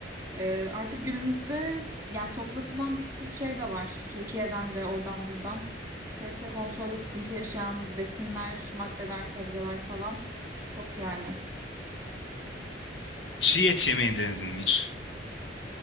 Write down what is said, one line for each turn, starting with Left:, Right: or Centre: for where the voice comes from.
Right: Ee, artık günümüzde yani toplatılan bir sürü şey de var. Türkiye'den de oradan buradan. Kalite kontrolde sıkıntı yaşayan besinler, maddeler, sebzeler falan çok yani.
Left: Çiğ et yemeği denedin mi hiç?